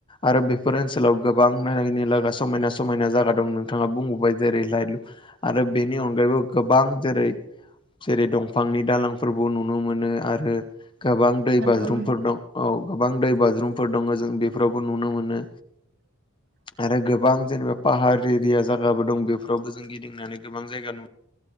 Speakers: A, on the left (about 25°); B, on the right (about 55°).
A: आरो बेफोर ओनसोलाव गोबांनिा समायना समायना जायगा दं नोंथाङा बुंबोबाय जेरै लाइ आरो बेनि अनगायैबो गोबां जेरै जेरै दंफांनि दालांफोरबो नुनो मोनो आरो गोबां दै
B: नंगौ
A: बाज्रुम
B: नों
A: दं औ गोबां दै बाज्रुमफोर दङ जों बेफोरावबो नुनो मोनो।
B: <inaudible>
A: आरो गोबां जेनेबा पाहार एरिया जायगाबो दं बेफोरावबो जों गिदिंनानै गोबां जायगा नु